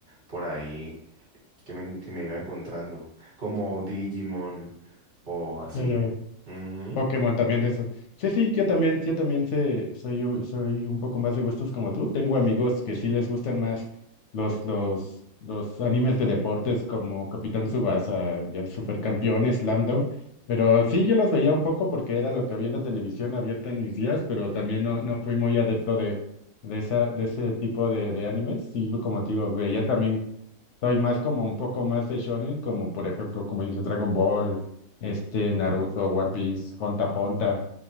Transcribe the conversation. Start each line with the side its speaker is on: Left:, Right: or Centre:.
Right: por ahí que me, que me iba encontrando, como Digimon o así.
Left: ya, ya veo.
Right: Ujú.
Left: Pokémon también de eso. Sí, sí, yo también, yo también sé, soy, un- soy un poco más de gustos como tú. Tengo amigos que sí les gustan más los, los, los animes de deportes como Capitán Tsubasa y el Supercampeón, Slam Dunk. Pero sí, yo los veía un poco porque era lo que había en la televisión abierta en mis días, pero también no, no fui muy adepto de, de esa, de ese tipo de, de animes. Sí, como te digo, veía también soy más como un poco más de shonen, como por ejemplo, como dices, Dragon Ball, este, Naruto, One Piece, Honta Honta,